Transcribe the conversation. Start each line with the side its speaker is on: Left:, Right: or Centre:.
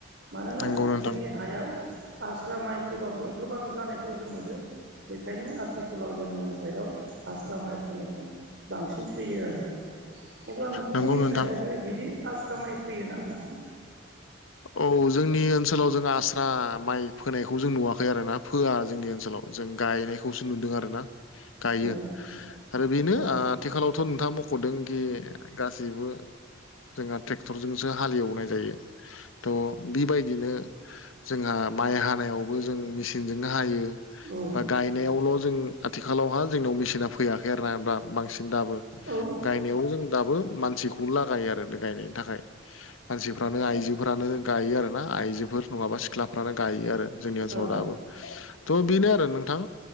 Right: मानोना
Left: नंगौ नोंथां
Right: जोंनि हायाव आस्रा माइ फोबाबो गोबां जानायखौ जों नुदों बेखायनो आथिखालाव जोंनि साइडआव आस्रा माइ फोनायखौ बांसिन फैयो आरो अब्ला नोंथांमोननि
Left: नंगौ नोंथां
Right: साइदआवहाय बिदि आस्रा माइ फैयोना नोंथां? <inaudible>
Left: औ जोंनि ओनसोलाव जों आस्रा माइ फोनायखौ जों नुवाखै आरोना फोआ जोंनि ओनसोलाव जों गायनायखौसो नुदों आरो ना गायो
Right: औ
Left: आरो बेनो
Right: औ
Left: आथिखालाव' थ' नोंथाङा मख'दोंखि गासैबो जोंहा ट्रेक्टरजोंसो हालेवनाय जायो थ' बेबायदिनो जोंहा माइ हानायावबो जों मेसिनजोंनो हायो
Right: औ
Left: बा गायनायावल' जों आथिखालावहा जोंनाव मेचिना फैयाखै आरो ना दा बांसिन दाबो
Right: औ
Left: गायनायाव जों दाबो मानसिखौ लागायो आरो ना गायनाय थाखाय मानसिफ्रानो आइजोफोरानो गायो आरो ना आइजोफोर नङाबा सिख्लाफ्रानो गायो आरो जोंनि ओनसोलाव
Right: औ
Left: दाबो थ' बेनो आरो नोंथां